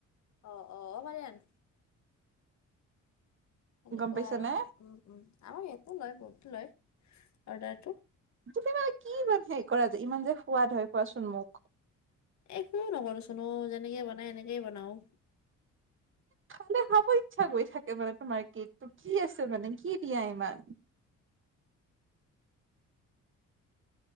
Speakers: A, on the left; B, on the right.
A: অ' অ' অ ভালে আৰু সেনেকুৱা
B: গম পাইছা
A: আৰু
B: নে
A: আমাৰ ইয়াতো লয় বহুত লয় অৰ্ডাৰটো।
B: তুমি মানে কি ইমান হেৰি কৰা যে ইমান যে সোৱাদ হয় কোৱাচোন মোক
A: একোও নকৰোচোন অ যেনেকে বনাই এনেকেই বনাওঁ।
B: মানে খাব ইচ্ছা গৈ থাকে মানে তোমাৰ কেকটো কি আছে মানে, কি দিয়া ইমান?